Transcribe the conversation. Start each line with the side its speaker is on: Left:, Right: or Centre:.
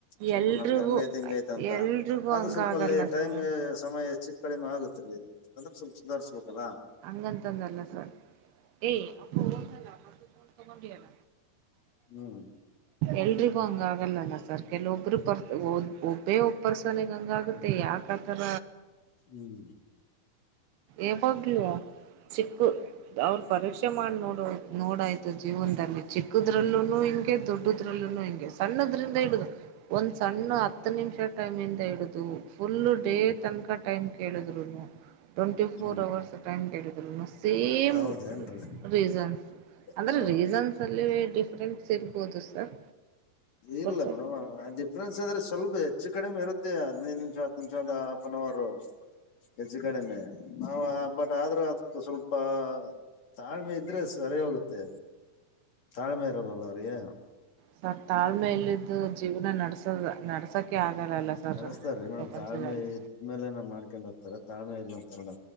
Left: ಸ್ವಲ್ಪ
Right: ಎಲ್ರಿಗೂ
Left: ನಮ್ಗೆ ಹಂಗೈತಿ ಹಿಂಗ ಐತ ಅಂತ
Right: ಎಲ್ರಿಗೂ
Left: ಅದು
Right: ಹಂಗ
Left: ಸ್ವಲ್ಪ
Right: ಆಗಲ್ಲ
Left: ಅಲ್ಲಿ ಟೈಮ್
Right: ಸರ್
Left: ಸಮಯ ಹೆಚ್ಚಿ ಕಡಿಮೆ ಆಗತ್ ರೀ ಅದನ್ನ ಸ್ವಲ್ಪ ಸುಧಾರ್ಿಸಬೇಕಲ್ಲಾ
Right: ಹಂಗಂತಂದಲ್ಲ ಸರ್ ಏ ತಲ್ಲ ಮ ತಗೊಂಡೊಂಡ ಎಲ್ಲ
Left: ಹ್ಮ್
Right: ಎಲ್ರಿಗೂ ಹಂಗ ಆಗಲ್ಲಲ್ಲ ಸರ್ ಕೆಲವೊಬ್ರು ಪರ್ತ ಒಬ್ಬೇ ಒಬ್ಬ ಉಪ್ಪರ್ಸನೆಗೆ ಹಂಗಾಗುತ್ತೆ ಯಾಕ ಆಥರ
Left: ಹ್ಮ್
Right: ಯಾವಾಗ್ಲುೂ ಚಿಕ್ಕು ಅವ್ರ ಪರೀಕ್ಷೆ ಮಾಡಿ ನೋಡ ನೋಡಾಯ್ತು ಜೀವನದಲ್ಲಿ ಚಿಕ್ಕ ದ್ರಲ್ಲೂ ಹಿಂಗೆ ದೊಡ್ಡದ್ರಲ್ಲೂನು ಹಿಂಗೆ ಸಣ್ಣದ್ರಿಂದ ಇಡುದುು ಒಂದ್ ಸಣ್ಣ ಹತ್ತು ನಿಮಿಷ ಟೈಮ್ಿಂದ ಹಿಡು ಫುಲ್ು
Left: ಹ್ಮ್
Right: ಡೇ ತನಕ ಟೈಮ್ ಕೇಳಿದ್ರು ಟ್ವೆಂಟಿ ಫೋರ್
Left: ಹ್ಮ್
Right: ಅವರ್ಸ್ ಟೈಮ್ ಕೇಳಿದ್ರು ಸೇಮ್
Left: ಹೌದೇನ್ರಿ
Right: ರೀಸನ್ಸ್ ಅಂದ್ರೆ
Left: ಹ್ಮ್
Right: ರೀಸನ್ಸ್ ಸಲ್ಲಿ ಡಿಫ್ರೆಂಟ್ಸ್ ಇರ್ಬೋದು ಸರ್
Left: ಇಲ್ಲ
Right: ಬಟ್
Left: ಮೇಡಮ ಅ ಇನ್ಸ್ ಅಂದ್ರೆ ಸ್ವಲ್ಪ ಹೆಚ್ಚು ಕಡಿಮೆ ಇರುತ್ತೆ ಹದಿನೈದು ನಿಮಿಷ ಹತ್ತು ನಿಮಿಷ ಹ ಆಫ್ ಅನ್ ಅವರ್ ಹೆಚ್ಚು ಕಡಿಮೆ ನ ಬಟ್ ಆದ್ರೂ ಅದ್ಕ್ ಸ್ವಲ್ಪ ತಾಳ್ಮೆ ಇದ್ರೆ ಸರಿ ಹೋಗುತ್ತೆ ತಾಳ್ಮೆ ಇರಲ್ಲಲ್ಲ ಅವ್ರಿಗೆ
Right: ಸರ್ ತಾಳ್ಮೇಲಿದ್ದು ಜೀವನ ನಡ್ಸದ ನಡ್ಸಕೆ ಆಗಲ್ಲಲ್ಲ ಸರ್
Left: ನಡೆಸ್ತಾರೀ ಮೇಡಮ್
Right: ಪ್ರಪಂಚದಲ್ಲಿ
Left: ತಾಳ್ಮೆ ಇದ್ಮೇಲೆ ನ ಮಾಡ್ಕೊಂಡ್ ಹಕ್ತಾರ ತಾಳ್ಮೆ ಇಲ್ಲ ಅಂತಲ್ಲ